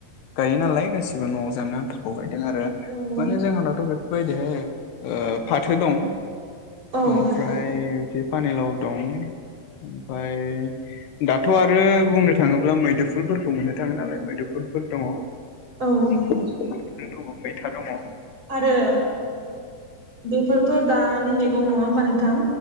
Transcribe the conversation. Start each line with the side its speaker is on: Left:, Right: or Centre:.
Left: गायो नालाय गासिबो न'आव जानो आन्थाखौ गायदों। बे आरो
Right: औ नंगौ
Left: माने जोंहानथ' बे बैबायदिहाय फाथो दं।
Right: औ
Left: ओमफ्राय
Right: नंगौ
Left: बिदि पानेलाव दं ओमफाय दाथ' आरो बुंनो थाङोब्ला मैदुफुलफोरखौ मोननो थाङो नालाय मैदुफुलफोर दङ।
Right: औ
Left: <unintelligible> फोर दङ मैथा दङ।
Right: आरो बेफोरथ' दानि मेगं नङा होमबा नोंथां?